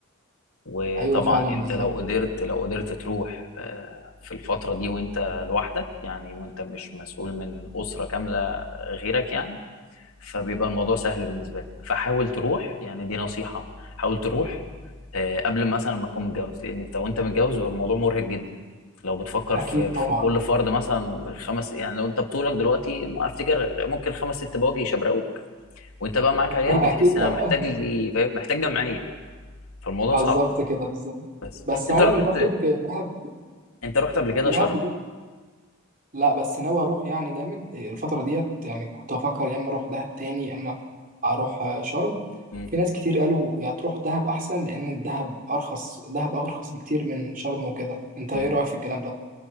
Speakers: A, on the left; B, on the right.
A: وطبعا
B: أيوة فعلا
A: انت
B: بالظبط
A: لو قدرت لو قدرت تروح آه، في الفتره دي وانت لوحدك يعني وانت مش مسؤول من اسره كامله غيرك يعني فبيبقى الموضوع سهل بالنسبه لك فحاول تروح يعني دي نصيحه حاول تروح آه، قبل مثلا ما تكون متجوز لان انت وانت متجوز بيبقى الموضوع مرهق جدا لو بتفكر
B: أكيد
A: في
B: طبعا
A: في كل فرد مثلا خمس يعني لو انت بطولك دلوقتي افتكر ممكن خمس ست بواجي يشبرقوك وانت بقى معاك عيال
B: <laughs>
A: بتحس
B: أكيد
A: انا
B: طبعا
A: محتاج لي فاهم؟ محتاج جمعيه فالموضوع
B: آه،
A: صعب
B: بالظبط كده بالظبط
A: بس
B: بس
A: انت
B: عموما
A: رحت
B: برضو ك- دهب
A: انت رحت قبل كده
B: دهب
A: شرم
B: لا بس ناوي اروح يعني جامد الفتره ديت يعني كنت افكر يا اما اروح دهب تاني يا اما اروح آه، شرم
A: مم.
B: في ناس كتير قالوا يا تروح دهب احسن لان الدهب ارخص دهب ارخص بكتير من شرم وكده انت
A: مم.
B: ايه رايك في الكلام ده